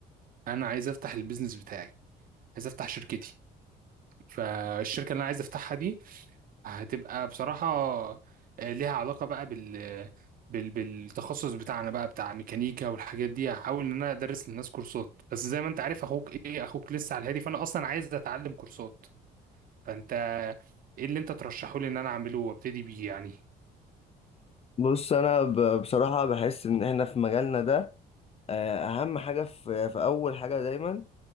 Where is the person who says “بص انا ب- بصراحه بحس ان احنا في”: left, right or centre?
Left